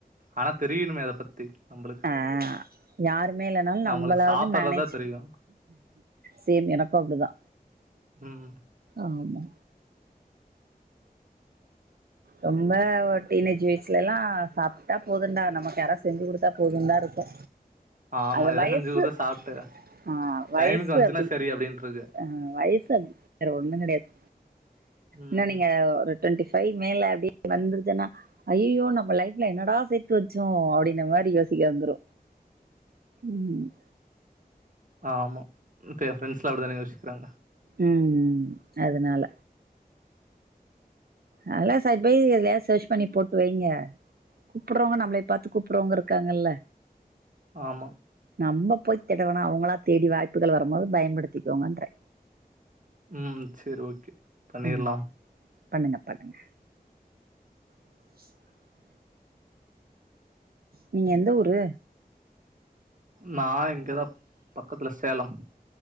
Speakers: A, on the right; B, on the right.
A: ஆனா தெரியணுமே அத பத்தி நம்பளுக்கு
B: ஆ யாருமே இல்லனாலு
A: நம்மளுக்கு
B: நம்மளாவது
A: சாப்பட்றதா
B: மேனேஜ்
A: தெரியு
B: சேம் எனக்கு அப்டிதா
A: ம்
B: ஆமா ரொம்ப டீனேஜ் வயசுல எல்லா சாப்ட்டா போதுண்டா நமக்கு யார செஞ்சு குடுத்தா போது தா இருக்கு
A: ஆமா
B: அது
A: ஏதாவது
B: வயசு
A: செஞ்சு குடுத்து சாப்ட்டு
B: ஆ வயசு
A: டைமுக்கு வந்துச்சுன்னா
B: அப்டி
A: சரி அப்டின்ட்ருக்கு
B: ஆ வயசு அப்டி வேற ஒன்னு கெடயாது
A: ம்
B: என்ன நீங்க டொன்டிவைவ் மேல அப்டி வந்துருச்சுனா அய்யோ நம் லைப்ல என்னடா சேத்து வெச்சோ அப்டின்னு இந்த மாரி யோசிக்க வந்துரு உம்
A: ஆமா இப்ப எ ஃப்ரெண்ட்ஸ்லா அப்டிதான யோசிக்குறாங்க
B: உம் உம் அதனால நல்லா சஜ்பை எதுலயது சர்ச் பண்ணி போட்டு வைங்க கூப்புருறவங்க நம்மள பாரத்து கூப்புருறவங்க இருக்காங்கல்ல
A: ஆமா
B: நம்ம போய் தேடவனா அவுங்களா தேடி வாய்ப்புகள் வரும்போது பயன்படுத்திக்கோங்கன்றே
A: உம் செரி ஓகே பண்ணிறலாம்
B: ம் பண்ணுங்க பண்ணுங்க <inaudible> நீங்க எந்த ஊரு
A: நா இங்கதா பக்கத்ல Salem